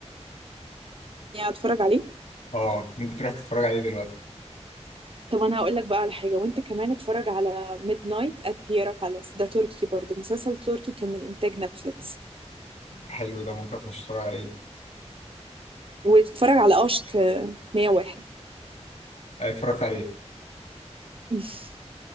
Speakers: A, on the right; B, on the left.
A: يعني اتفرج عليه
B: اه ممكن تروح تتفرج عليه دلوقتي
A: طب انا هقول لك بقى على حاجة وانت كمان اتفرج على ميد نايت ات بيرا بالاس ده تركي برضو مسلسل تركي كان من انتاج نتفليكس
B: حلو ده ممكن اخش اتفرج عليه
A: واتفرج على اشك 101
B: آه، اتفرجت عليه
A: <laughs>